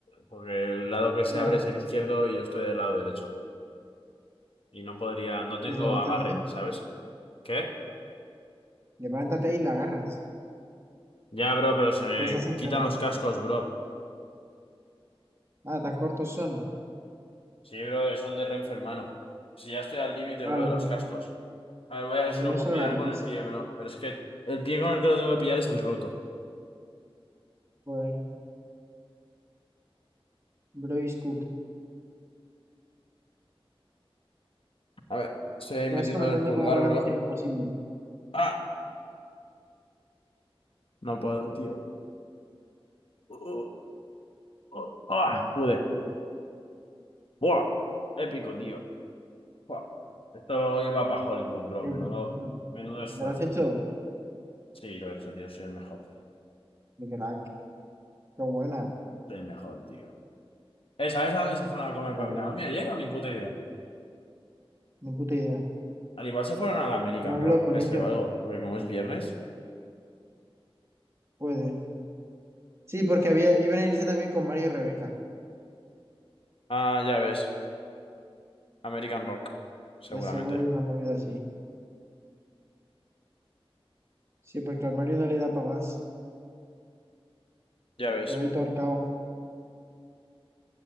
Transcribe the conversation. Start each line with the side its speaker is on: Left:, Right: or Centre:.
Left: porque el lado que se
Right: ya.
Left: abre es el izquierdo y yo estoy del lado derecho. Y no podría, no tengo
Right: Pues levántate,
Left: agarre,
Right: ¿eh?
Left: ¿sabes? ¿Qué?
Right: Levántate y la agarras.
Left: Ya, bro, pero se me
Right: O estás enredado.
Left: quitan los cascos, bro.
Right: Ah, tan cortos son.
Left: Sí, bro, que son de Renfe, hermano. Si ya estoy al límite,
Right: Ah,
Left: bro,
Right: los,
Left: de los cascos. A ver, voy a ver
Right: los
Left: si lo
Right: míos
Left: puedo
Right: son
Left: pillar
Right: larguísimos.
Left: con el pie, bro. Pero es que el pie con el que lo tengo que pillar es el roto.
Right: Joder. Brois Cook.
Left: A ver, estoy ahí
Right: Me
Left: metiéndole
Right: vas comentando
Left: el pulgar,
Right: cómo va
Left: bro.
Right: la misión imposible.
Left: ¡Ah! No puedo, tío. Uh, uh, uh, ah, pude. Buah, épico, tío. Buah. Esto iba para Hollywood, bro.
Right: Qué
Left: Menudo,
Right: bueno.
Left: menudo esfuerzo.
Right: ¿Me lo has hecho?
Left: Sí, lo he hecho, tío. Soy el mejor.
Right: Qué crack. Qué buena.
Left: Soy el mejor, tío. ¿Eh, ¿Sabes a dónde se fueron a comer
Right: Ya
Left: papita
Right: ves.
Left: mami ayer o ni puta idea?
Right: Ni puta idea.
Left: Al igual se fueron al American
Right: No habló
Left: Rock,
Right: con
Left: ese
Right: ellos.
Left: o algo, porque como es viernes.
Right: Puede. Sí, porque había, iban a irse también con Mario y Rebeca.
Left: Ah, ya ves. American Rock. Seguramente.
Right: Es seguro una movida así. Sí, porque al Mario no le da para más.
Left: Ya ves.
Right: Le va a ir todo arcao.